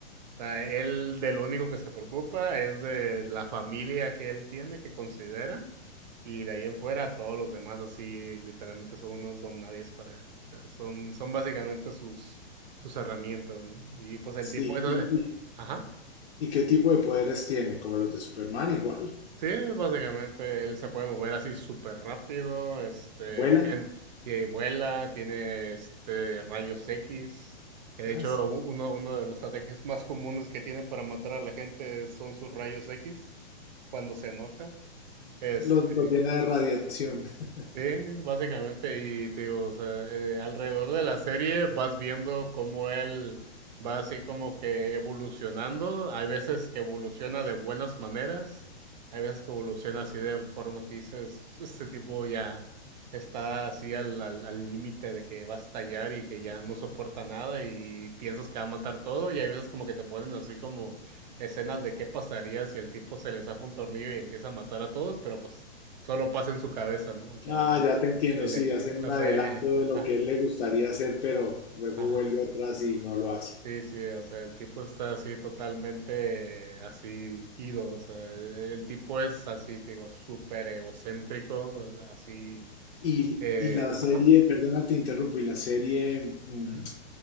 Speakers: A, on the right; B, on the left.
A: sea, él del único que se preocupa es de la familia que él tiene, que considera, y de ahí en fuera todos los demás así literalmente son unos don nadies para él. O sea, son, son básicamente sus, sus herramientas, ¿no? Y pues el
B: Sí,
A: tipo eso
B: y,
A: de-
B: y,
A: Ajá.
B: y qué tipo de poderes tiene? Como los de Superman, igual.
A: Sí, básicamente él se puede mover así súper rápido, este,
B: Vuela.
A: tiene, tiene- vuela, tiene este rayos X, que de
B: ah,
A: hecho
B: s-
A: u- uno, uno de los ataques más comunes que tiene para matar a la gente son sus rayos X cuando se enoja. Este,
B: Los, los llena de radiación. <laughs>
A: Sí, básicamente, y te digo, o sea, eh, alrededor de la serie vas viendo cómo él va así como que evolucionando. Hay veces que evoluciona de buenas maneras, hay veces que evoluciona así de formas que dices, este tipo ya está así al al- al límite de que va a estallar y que ya no soporta nada y piensas que va a matar todo. Y hay veces como que te ponen así como escenas de qué pasaría si el tipo se le zafa un tornillo y empieza a matar a todos, pero pues solo pasa en su cabeza, ¿no? O sea,
B: Ah,
A: él,
B: ya te entiendo,
A: él,
B: sí, hacen un
A: o sea,
B: adelanto
A: eh,
B: de lo
A: ah,
B: que a él le gustaría hacer, pero luego
A: ah,
B: vuelve atrás y no lo hace.
A: sí, sí, o sea, el tipo está así totalmente eh, así ido, o sea, el, el tipo es así, te digo, súper egocéntrico, así,
B: Y,
A: eh,
B: y la serie,
A: ajá.
B: perdona, te interrumpo, y la serie mm,
A: ujú.